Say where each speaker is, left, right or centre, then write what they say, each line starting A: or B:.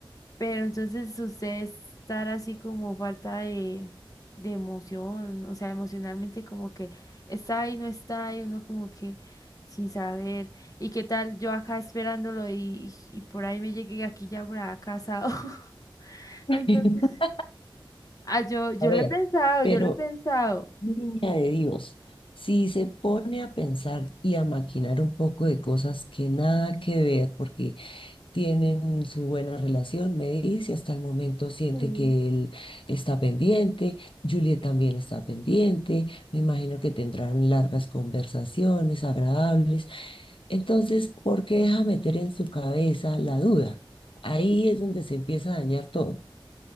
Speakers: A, on the left; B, on the left.
A: Pero entonces usted estar así como falta de, de emoción, o sea, emocionalmente como que está ahí, no está y uno como que sin saber. ¿Y qué tal yo acá esperándolo y, y por ahí me llegué aquí ya por acá casado? <laughs>
B: <laughs>
A: Entonces, ah, yo, yo
B: A ver,
A: lo he pensado,
B: Pero,
A: yo lo he pensado.
B: niña de Dios, si se pone a pensar y a maquinar un poco de cosas que nada que ver, porque tienen su buena relación, me dice, hasta el momento siente
A: Sí.
B: que él está pendiente, Juliet también está pendiente, me imagino que tendrán largas conversaciones agradables. Entonces, ¿por qué deja meter en su cabeza la duda? Ahí es donde se empieza a dañar todo.